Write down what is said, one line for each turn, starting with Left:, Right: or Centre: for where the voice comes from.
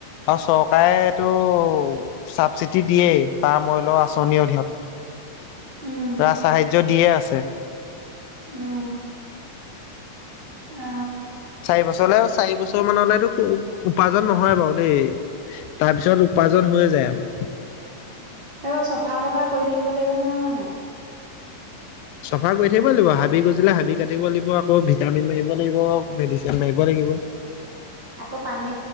Left: অ চৰকাৰে এইটো চাবচিডি দিয়েই পাম অইলৰ আঁচনিৰ অধীনত।
Right: উম
Left: ৰাজ সাহাৰ্য দিয়েই আছে।
Right: উম। অ
Left: চাৰি বছৰলে চাৰি বছৰ মানলেটো উপাৰ্জন নহয় বাৰু দেই। তাৰপিছত উপাৰ্জন হৈয়ে যায় আও।
Right: সেইবোৰ চফা-তফা কৰি থাকিব লাগিব নহয় হয়নে?
Left: চফা কৰি থাকিব লাগিব, হাবি গজিলে হাবি কাটিব লাগিব, আকৌ ভিটামিন মাৰিব লাগিব, মেডিচিন মাৰিব লাগিব।
Right: আকৌ পানী